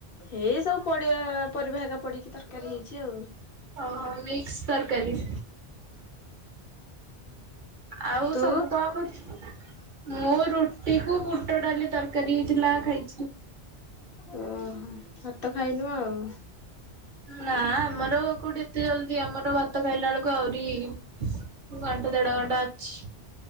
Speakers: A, on the left; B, on the right.
A: ଏଇ ସବୁ ପଡିଆ ପରିବା ହେକା ପଡିକି ତରକାରୀ ହେଇଛି ଆଉ।
B: ଓ ହୋ ମିକ୍ସ ତରକାରୀ। ଆଉ
A: ହଁ ତୁ।
B: ସବୁ କଣ କରୁଛୁ? ମୁଁ ରୁଟି କୁ ବୁଟ ଡାଲି ତରକାରୀ ହେଇଥିଲା ଖାଇ
A: ଓହୋ ଭାତ ଖାଇନୁ ଆଉ।
B: ନା ଆମର କୋଉଠି ଏତେ ଜଲଦି ଆମର ଭାତ ଖାଇଲା ବେଳକୁ ଆହୁରି। ମୁଁ ଘଣ୍ଟା ଦେଢ ଘଣ୍ଟା ଅଛି